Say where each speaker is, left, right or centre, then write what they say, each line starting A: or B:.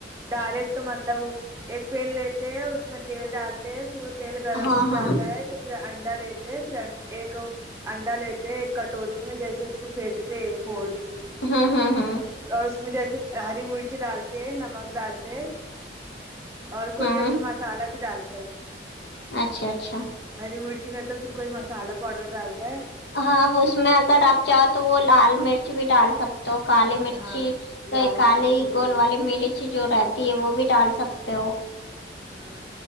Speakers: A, on the right; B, on the left.
A: ڈائریکٹ تو مطلب ایک پین لیتے ہیں اس میں تیل ڈالتے ہیں پھر وہ تیل گرم
B: ہاں
A: ہو جاتا
B: ہاں
A: ہے تو پھر انڈا لیتے پھر ایک انڈا لیتے ایک کٹوری میں جیسے اس کو بریڈ پہ پھوڈ کے
B: ہاں ہاں ہاں
A: اور اس میں جیسے ہری مرچی ڈالتے ہیں نمک ڈالتے ہیں اور کوئی
B: ہوں
A: جیسے مسالہ بھی ڈالتا ہے
B: اچھا اچھا
A: ہری مرچی نہیں تو پھر کوئی مسالا پاؤڈر ڈالتے ہیں
B: ہاں اس میں اگر آپ چاہو تو وہ لال مرچ بھی ڈال سکتے ہو کالی مرچی
A: ہاں لال
B: کالی
A: مرچی وہی
B: گول والی مرچ اچھی جو رہتی ہے وہ بھی ڈال سکتے ہو
A: ہوں